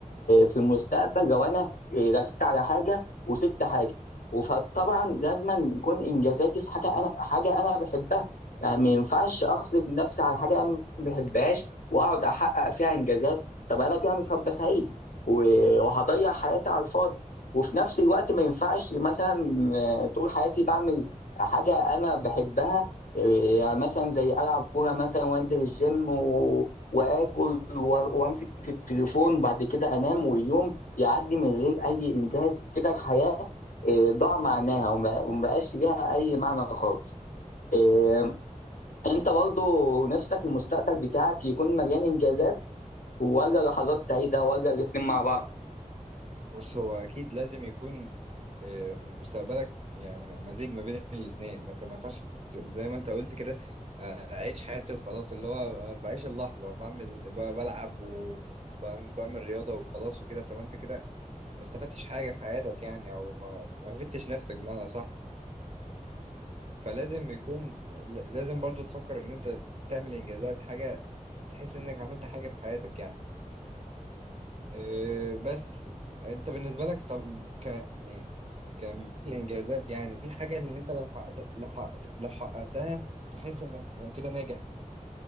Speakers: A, on the left; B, on the right.
A: في المستقبل لو انا ركزت على حاجه وسبت حاجه فطبعا لازم يكون انجازاتي في حاجه انا حاجه انا بحبها يعني ما ينفعش اغصب نفسي على حاجه انا ما بحبهاش واقعد احقق فيها انجازات طب انا كده مش هبقى سعيد و- وهضيع حياتي على الفاضي وفي نفس الوقت ما ينفعش مثلا آه، طول حياتي بعمل حاجه انا بحبها آه، يعني مثلا زي العب كوره مثلا وانزل الجيم و... واكل و- وامسك التليفون بعد كده انام واليوم يعدي من غير اي انجاز كده الحياه آه، ضاع معناها وما وما بقاش ليها اي معنى خالص آه، انت برضو نفسك المستقبل بتاعك يكون مليان انجازات ولا لحظات سعيده ولا الاثنين مع بعض
B: بص هو اكيد لازم يكون آه، مستقبلك يعني مزيج ما بين الاثنين فانت ما ينفعش ت- زي ما انت قلت كده آه، اعيش حياتي وخلاص اللي هو بعيش اللحظه بعمل ب- بلعب وبعمل بعمل رياضه وخلاص وكده طب ما انت كده ما استفدتش حاجه في حياتك يعني او ما ما فدتش نفسك بمعنى صح فلازم يكون ل- لازم برضو تفكر ان انت تعمل انجازات حاجه تحس انك عملت حاجه في حياتك يعني آه، بس انت بالنسبه لك طب ك يعني كمية الانجازات يعني إيه الحاجه اللي انت لو حققت لو حققت لو حققتها تحس انك يعني كده ناجح